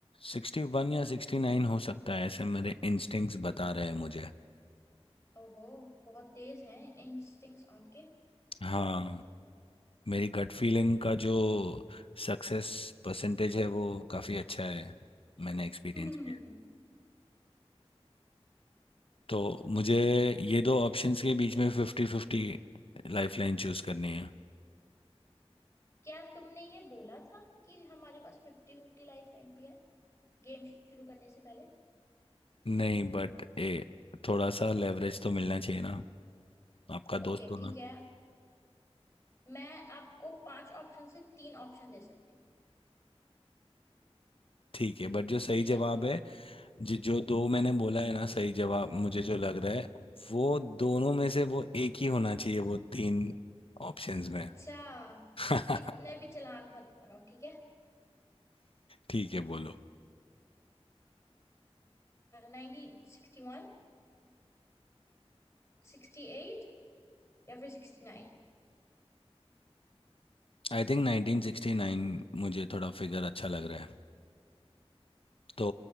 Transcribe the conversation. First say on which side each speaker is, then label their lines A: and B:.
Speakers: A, on the left (about 60°); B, on the left (about 25°).
A: 61 या 69 हो सकता है ऐसे मेरे इंस्टिंक्ट्स बता रहे हैं मुझे
B: ओहो बहुत तेज हैं इंस्टिंक्ट्स आपके
A: हाँ मेरी गट फीलिंग का जो सक्सेस परसेंटेज है वो काफ़ी अच्छा है मैंने एक्सपीरियंस
B: <laughs>
A: किया तो मुझे ये दो ऑप्शंस के बीच में fifty fifty lifeline choose करनी है
B: क्या तुमने ये बोला था कि हमारे पास फिफ्टी फिफ्टी लाइफ लाइन भी है गेम शुरू करने से पहले
A: नहीं बट ए थोड़ा सा लेवरेज तो मिलना चाहिए ना आपका
B: ओके
A: दोस्त हो
B: ठीक
A: ना
B: है मैं आपको पांच ऑप्शन से तीन ऑप्शन दे सकती हूँ
A: ठीक है बट जो सही
B: ठीक
A: जवाब
B: है
A: है जी जो दो मैंने बोला है ना सही जवाब मुझे जो लग रहा है वो दोनों में से वो एक ही होना चाहिए वो तीन ऑप्शंस में
B: अच्छा
A: <laughs>
B: इतने भी चालाक मत बनो ठीक है
A: ठीक है बोलो
B: Nineteen sixty one sixty eight या फिर सिक्सटी नाइन
A: I think 1969 मुझे थोड़ा फिगर अच्छा लग रहा है तो